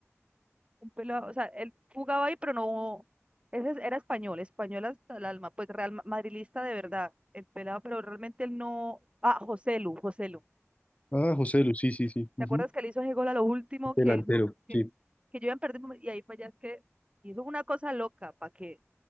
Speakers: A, on the right; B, on the left.
A: un pelado, o sea, él jugaba ahí, pero no, ese es- era español, español hasta el alma, pues real ma- madrilista de verdad, el pelado, pero realmente él no, ah, Joselu, Joselu.
B: Ah, José Lu, sí, sí, sí.
A: ¿Te
B: ujú.
A: acuerdas que le hizo ese gol a lo último que,
B: Delantero,
A: su- que,
B: sí.
A: que yo iba a perder y ahí fue ya es que hizo una cosa loca para que,